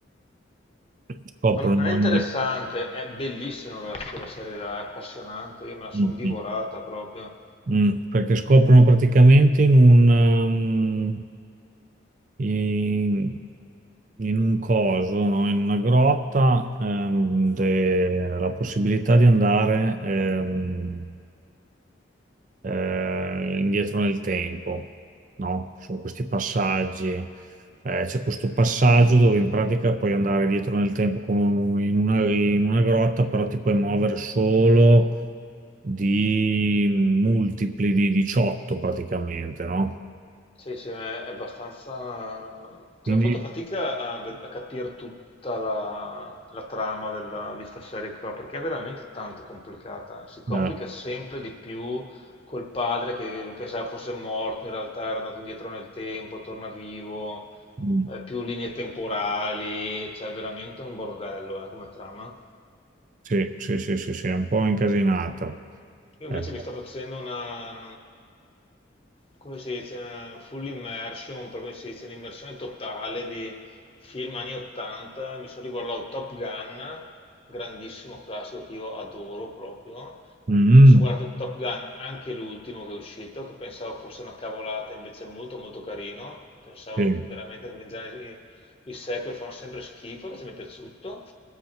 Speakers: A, on the right (about 40°); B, on the left (about 30°).
A: scoprono
B: Non, non è
A: ogni...
B: interessante, è bellissima quella, quella serie là, è appassionante. Io me la sono
A: Mm,
B: divorata proprio.
A: mm, perché scoprono praticamente in un... um, in, in un coso, no? In una grotta, ehm, de- la possibilità di andare ehm, eh, indietro nel tempo, no? Ci sono questi passaggi, eh, c'è questo passaggio dove in pratica puoi andare dietro nel tempo come in una, in una grotta, però ti puoi muovere solo di multipli di 18 praticamente, no?
B: Sì, sì, è è abbastanza... Cioè,
A: Quindi,
B: ho fatto fatica a, ve- a capire tutta la, la trama della, di sta serie qua, perché è veramente tanto complicata. Si complica
A: eh,
B: sempre di più col padre che lui pensava fosse morto, in realtà era andato indietro nel tempo, torna vivo,
A: mm,
B: eh, più linee temporali, cioè è veramente un bordello, eh, come trama.
A: sì, sì, sì, sì, sì, è un po' incasinata.
B: Io invece
A: Eh,
B: mi sto facendo una, come si dice, una full immersion, proprio si dice, un'immersione totale di film anni 80. Mi sono riguardato Top Gun, grandissimo classico che io adoro proprio.
A: mm,
B: Mi sono guardato Top Gun, anche l'ultimo che è uscito, che pensavo fosse una cavolata, invece è molto molto carino. Pensavo
A: sì,
B: veramente che i sequel fanno sempre schifo, invece mi è piaciuto.